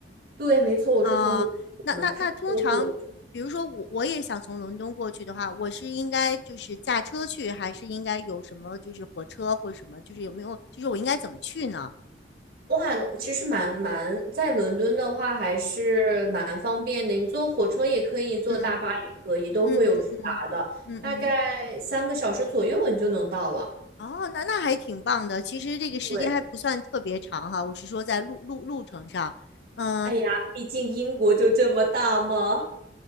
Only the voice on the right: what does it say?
对，没错，我是从。
德国
哇，其实蛮蛮在伦敦的话还是蛮方便的，你坐火车也可以，坐大巴也可以，
都会有直达的，
大概三个小时左右你就能到了。
对，
哎呀，毕竟英国就这么大嘛。